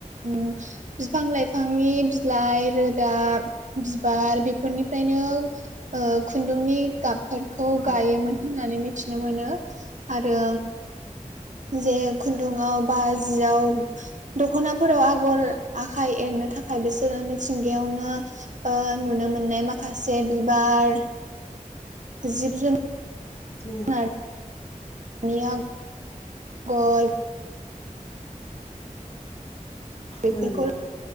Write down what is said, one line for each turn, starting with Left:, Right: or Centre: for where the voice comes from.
Right: उम फिफां- लाइफांनि बिलाइ रोदा बिबार बेफोरनि फ्रायनोओ खुन्दुंनि गाबफोरखौ
Left: औ
Right: गायोमोन होननानै मिथि नो मोनो। आरो जे खुन्दुआव बा जियाव दख'नाफोराव आगर आखाइ एरनो थाखाय बिसोरो मिथिंगायावनो ओ नुनो मोननाय माखासे बिबार। जिब जुन
Left: उ
Right: नार नियाग ब <inaudible> बेफोरखौ
Left: नंगौ।